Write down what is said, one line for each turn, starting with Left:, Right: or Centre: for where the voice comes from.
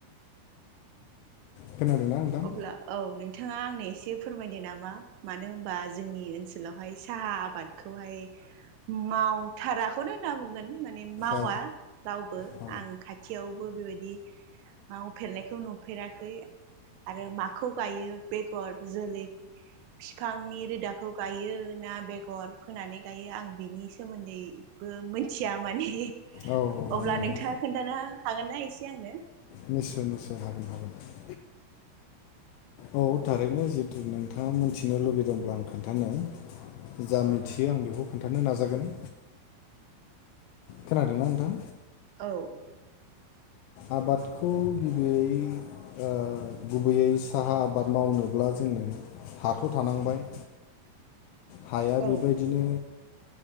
Left: खोनादोंना नोंथां
Right: अब्ला औ नोंथाङा आंनो एसे फोरमायदो नामा मानो होनबा जोंनि ओनसोलावहाय साहा आबादखौहाय मावथाराखौनो होनना बुंगोन माने मावा
Left: औ
Right: रावबो
Left: औ
Right: आं खाथियावबो बेबायदि मावफेरनायखौ नुफेराखै आरो माखौ गायो बेगर जोलै फिफांनि रोदाखौ गायो ना बेगर फोनानै गायो आं बेनि सोमोन्दैबो मिथिया माने
Left: औ
Right: अब्ला
Left: औ नंगौ
Right: नोंथां खोन्थानो हागोनना एसे आंनो
Left: निस्सय निस्सय हागोन हागोन औ थारैनो जिथु नोंथाङा मोथिनो लुुबैदोंब्ला आं खोन्थानो जा मिथियो आं बेखौ खोन्थानो नाजागोन खोनादोंना नोंथां?
Right: औ
Left: आबादखौ गिबियै ओ गुबैयै साहा आबाद मावनोब्ला जोंनो हाथ' थानांबाय हाया
Right: औ
Left: बेबायदिनो